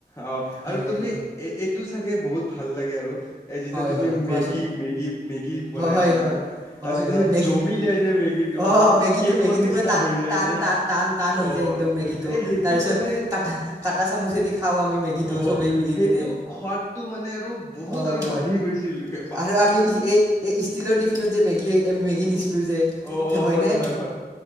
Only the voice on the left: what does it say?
অ'
আৰু তুমি এ' এইটো চাগে বহুত ভাল লাগে আৰু এ যেতিয়া
তুমি
মেগী, মেগী, মেগী বনাই
আনা
তাৰপিছতে
সেই
জমি যায় যে মেগী টো
কেকৰ
নিচিনা
হৈ যায়
যে
অ'
এ সেইটো
মানে
অ'
সেইটো
সোৱাদটো মানে আৰু বহুত
আৰু
বাঢ়ি গৈছিলগে
উম,
অ অ
হয় হয় হয়